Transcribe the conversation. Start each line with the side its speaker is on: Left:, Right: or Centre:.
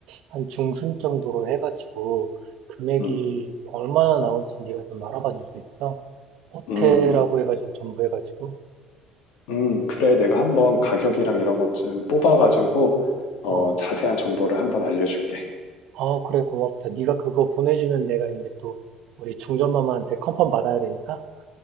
Right: 한 중순 정도로 해가지고 금액이
Left: 음.
Right: 얼마나 나올지 네가 좀 알아봐 줄 수 있어? 호텔하고
Left: 음.
Right: 해가지고 전부 해가지고.
Left: 음. 그래. 내가 한번 가격이랑 이런 것 좀 뽑아가지고 어,
Right: 어,
Left: 자세한 정보를 한번 알려줄게.
Right: 어, 그래, 고맙다. 네가 그거 보내주면 내가 이제 또 우리 중전마마한테 컨펌 받아야 되니까.